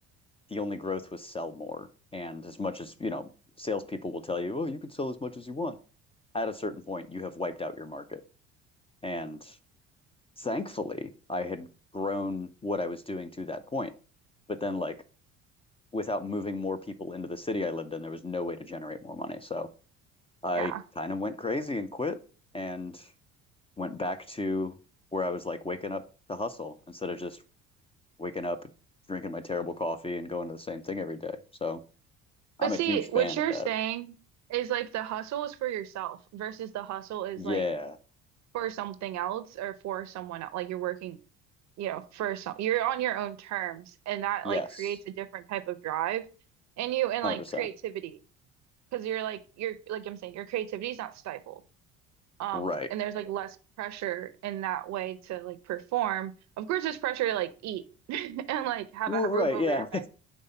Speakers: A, on the left; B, on the right.
A: the only growth was sell more. And as much as, you know, salespeople will tell you, oh, you can sell as much as you want. At a certain point, you have wiped out your market. And Thankfully, I had grown what I was doing to that point. But then, like, without moving more people into the city I lived in, there was no way to generate more money. So I
B: yeah
A: kind of went crazy and quit and went back to where I was like waking up to hustle instead of just waking up, drinking my terrible coffee and going to the same thing every day. So I'm
B: But see,
A: a huge fan
B: what you're
A: of that.
B: saying is like the hustle is for yourself versus the hustle is
A: Yeah.
B: like for something else or for someone else. Like you're working, you know, for some, you're on your own terms and that
A: Yes.
B: like creates a different type of drive in you and
A: 100%.
B: like creativity. Because you're like, you're like I'm saying, your creativity is not stifled. Um,
A: Right.
B: and there's like less pressure in that way to like perform. Of course, there's pressure to like eat <laughs> and like have
A: Well,
B: a
A: right.
B: roof over
A: Yeah.
B: your head